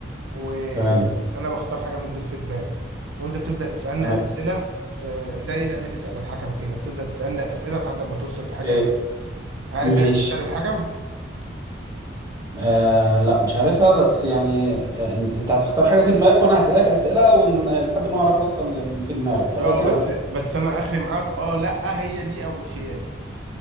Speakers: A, on the right; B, on the right.
A: وانا
B: تمام
A: بختار حاجة من دول في دماغي وانت بتبدأ تسألني
B: تمام
A: أسئلة آه، زي لعبة تسأل الحكم كده بتبدأ تسألني أسئلة لحد ما توصل للحاجة
B: إيه.
A: دي عارف
B: ماشي
A: لعبة تسأل الحكم
B: آه لا مش عارفها بس يعني آه إن- انت هتختار حاجة في دماغك وانا هسألك أسئلة ون... لحد ما اعرف اوصل لل... في دماغك صح
A: اه
B: كده
A: بس بس انا اخري معاك اه لا هي دي او مش هي دي